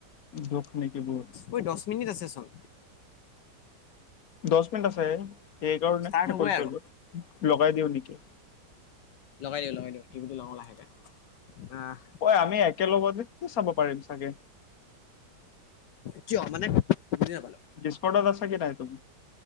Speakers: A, on the left; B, on the left.
A: দুখ নেকি বহুত
B: ঐ দশ মিনিট আছে চোন।
A: দশ মিনিট আছে সেইকাৰণে
B: ষ্টাৰ্ট
A: হে
B: হ'বই
A: কৈছো
B: আৰু
A: লগাই দিওঁ নেকি।
B: লগাই দিওঁ লগাই দিওঁ। টিভিটো লগাও লাহেকে আহ
A: ঐ আমি একেলগতে চাব পাৰিম চাগে।
B: কিয় মানে বুজি নাপায়।
A: ডিছকাউণ্টত আছে থাই তোম